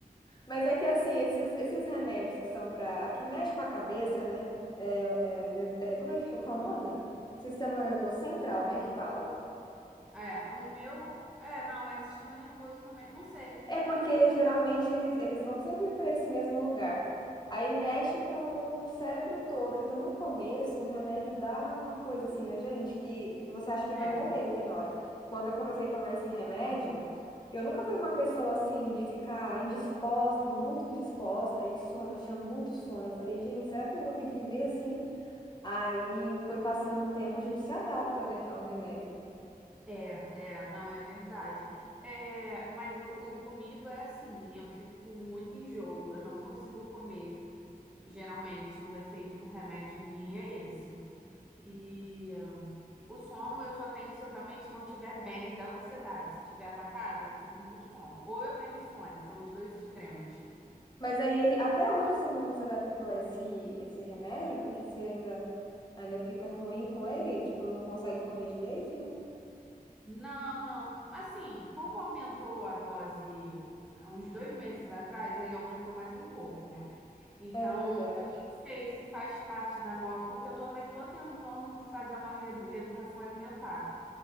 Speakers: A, on the left; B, in the centre.
A: Mas é que assim, esses, esses remédios que são para que mexe com a cabeça, né? É, é, ner- é, como é que, que é o nome? Sistema nervoso central, né? Que fala.
B: É, o meu. É, não, é sistema nervoso também. Não sei.
A: É porque
B: Agora eu fiquei.
A: geralmente eles, eles vão sempre para esse mesmo lugar. Aí mexe com, com o cérebro todo. Então, no começo, o remédio dá uma coisa assim, né, gente? Que, que você acha que
B: É.
A: vai morrer, tem hora. Quando eu comecei a tomar esse remédio, eu nunca fui uma pessoa assim, de ficar indisposta, muito indisposta, e sono. Eu tinha muito sono. Eu falei, gente, será que eu vou ter que viver assim? Aí foi passando o tempo, a gente se adapta, né, ao remédio.
B: É, é, não, é verdade. É, mas o, o comigo é assim, eu fico com muito enjoo, eu não consigo comer. Geralmente, o efeito do remédio em mim é esse. E hum, o sono eu só tenho se eu realmente não estiver bem da ansiedade. Se estiver atacada, eu sinto muito sono. Ou eu tenho insônia, são os dois extremos.
A: Mas aí ele, até hoje você não se adaptou a esse, esse remédio, porque você ainda, ainda fica ruim com ele, tipo, não consegue comer direito, né?
B: Não, não. Assim, como aumentou a dose há uns dois meses atrás, ele aumentou mais um pouco, né? Então,
A: É verdade.
B: eu não sei se faz parte da nova, porque eu também estou tentando fazer uma reedu- reeducação alimentar.